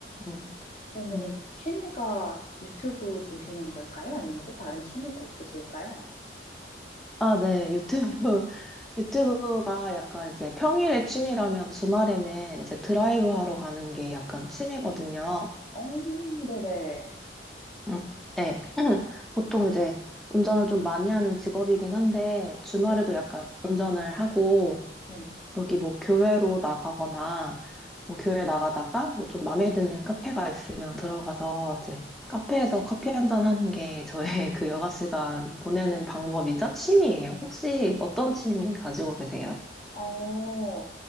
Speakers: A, in the centre; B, on the left.
A: 음,
B: 그러면은
A: 음.
B: 취미가 유튜브 보시는 걸까요? 아니면 또 다른 취미가 있으실까요?
A: 아, 네 유튜브 <laughs> 유튜브가 약간 이제 평일에 취미라면 주말에는 이제 드라이브 하러 가는 게 약간 취미거든요.
B: 어, 네네.
A: 음, 네. <clears throat> 보통 이제 운전을 좀 많이 하는 직업이긴 한데, 주말에도
B: 네.
A: 약간 운전을 하고,
B: 네.
A: 저기 뭐 교회로 나가거나, 뭐 교회 나가다가 뭐 좀 마음에 드는 카페가 있으면 들어가서 이제 카페에서 커피 한 잔 하는 게 저의 <laughs> 그 여가 시간 보내는 방법이자 취미예요. 혹시 어떤 취미 가지고 계세요?
B: 어,